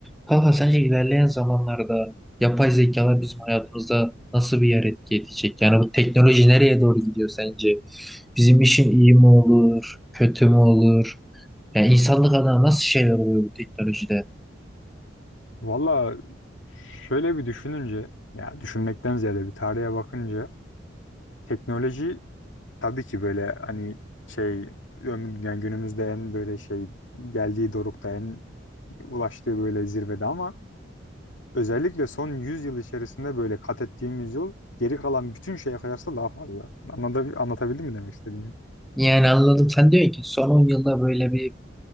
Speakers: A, in the centre; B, on the left.
A: Kanka sence ilerleyen zamanlarda yapay zekalar bizim hayatımızda nasıl bir yer etki edecek? Yani bu teknoloji nereye doğru gidiyor sence? Bizim işim iyi mi olur, kötü mü olur? Yani insanlık adına nasıl şeyler oluyor bu teknolojide?
B: Valla şöyle bir düşününce, ya düşünmekten ziyade bir tarihe bakınca teknoloji tabii ki böyle hani şey öm- yani günümüzde en böyle şey geldiği dorukta en ulaştığı böyle zirvede ama özellikle son 100 yıl içerisinde böyle kat ettiğimiz yol geri kalan bütün şeye kıyasla daha fazla. Anlatabil- anlatabildim mi demek istediğimi?
A: Yani anladım sen diyorsun ki son 10 yılda böyle bir